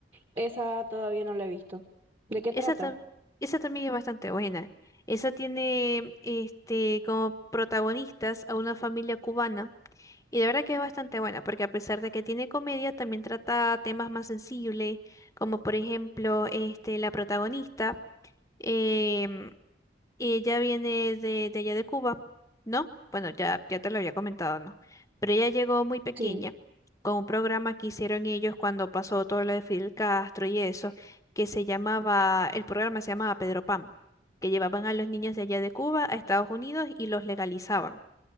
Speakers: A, on the right (about 30°); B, on the left (about 20°).
A: Esa todavía no la he visto. ¿De qué
B: Esa,
A: trata?
B: tam- esa también es bastante buena. Esa tiene este, como protagonistas a una familia cubana y la verdad que es bastante buena porque a pesar de que tiene comedia, también trata temas más sensibles, como por ejemplo este, la protagonista. em, y ella viene de, de allá de Cuba, ¿no? Bueno, ya, ya te lo había comentado, ¿no? Pero ella llegó muy pequeña
A: Sí.
B: con un programa que hicieron ellos cuando pasó todo lo de Fidel Castro y eso, que se llamaba, el programa se llamaba Pedro Pan, que llevaban a los niños de allá de Cuba a Estados Unidos y los legalizaban